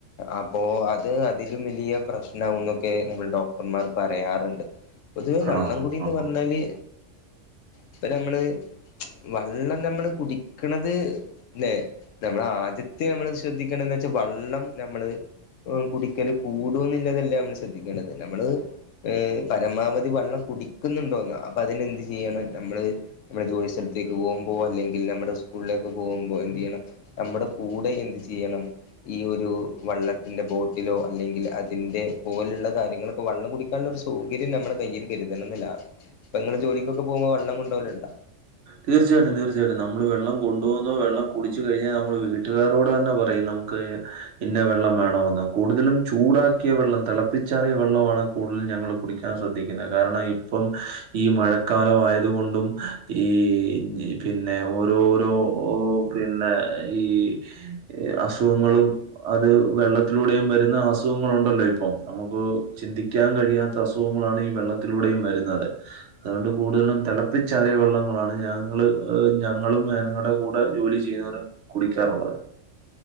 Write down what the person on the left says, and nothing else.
അപ്പോ അത് അതിലും വലിയ പ്രശ്ന ആക എന്നൊക്കെ നമ്മൾ ഡോക്ടർമാർ പറയാറുണ്ട്. പൊതുവേ
വള്ളംകൂടിന്ന്
പറഞ്ഞാല് ഇപ്പ നമ്മള് വെള്ളം നമ്മള് കുടിക്കണത് ലെ നമ്മള ആദ്യത്തെ നമ്മള് ശ്രദ്ധിക്കേണ്ടന്ന് വെച്ചാൽ വെള്ളം നമ്മള് കുടിക്കല് കൂടന്നില്ലാതല്ലേ നമ്മള് ശ്രദ്ധിക്കേണ്ടത് നമ്മള് ഏഹ് പരമാവധി വെള്ളം കുടിക്കുന്നുണ്ടോന്ന അപ്പൊ അതിനെന്ത് ചെയ്യണം നമ്മള് നമ്മടെ ജോലി സ്ഥത്തേക്ക് പോകുമ്പോ അല്ലെങ്കിൽ നമ്മുടെ സ്കൂളിലേക്ക പോകുമ്പോ എന്ത് ചെയ്യണം നമ്മുടെ കൂടെ എന്ത് ചെയ്യണം. ഈ ഒരു വള്ളത്തിന്റെ ബോട്ടിലോ അല്ലെങ്കിൽ അതിന്റെ പോലുള്ള കാര്യങ്ങളൊക്കെ വെള്ളം കുടിക്ക കുടിക്കാളെളാരു സൗകര്യം നമ്മള് കയ്യില് കെരുതണംന്നില്ല ഇപ്പങ്ങള് ജോലിക്കൊക്കെ പോവുമ്പോ വെള്ളം കൊണ്ടോവല്ണ്ടാ?